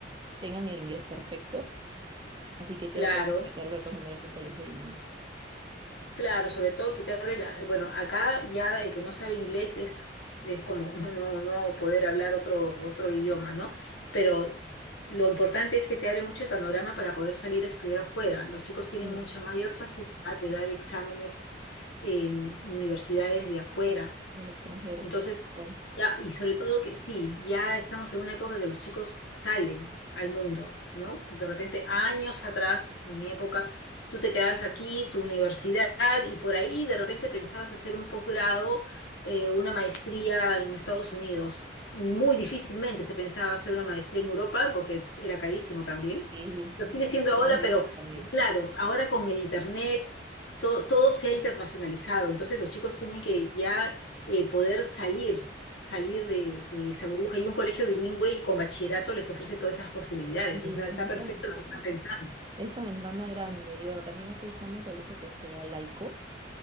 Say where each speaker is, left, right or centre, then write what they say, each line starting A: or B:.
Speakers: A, on the right; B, on the left.
A: tengan el inglés perfecto. Así que creo
B: Claro.
A: que vamos a meterlo de todas maneras a un colegio bilingüe.
B: Claro, sobre todo que te abre la... Bueno, acá ya el que no sabe inglés es, es como no, no, no poder hablar otro, otro idioma, ¿no? Pero lo importante es que te abre mucho el panorama para poder salir a estudiar afuera. Los chicos tienen
A: Y
B: mucha mayor facilidad de dar exámenes en universidades de afuera.
A: del extranjero,
B: Entonces,
A: igual.
B: ya, y sobre todo que sí, ya estamos en una época que los chicos salen al mundo, ¿no? De repente, años atrás, en mi época, tú te quedabas aquí, tu universidad, y por ahí de repente pensabas hacer un posgrado, eh, una maestría en Estados Unidos. Muy difícilmente se pensaba hacer una maestría en Europa porque era carísimo también.
A: Sí,
B: Lo sigue
A: era
B: siendo
A: mucho
B: ahora,
A: más lejos
B: pero
A: también.
B: claro, ahora con el internet todo, todo se ha internacionalizado, entonces los chicos tienen que ya eh, poder salir, salir de, de esa burbuja. Y un colegio bilingüe y con bachillerato les ofrece todas esas posibilidades.
A: Sí,
B: O sea,
A: les
B: está
A: da esa
B: perfecto
A: ventana.
B: lo que están pensando.
A: Esa ventana grande. Y bueno, también estoy buscando un colegio que sea laico.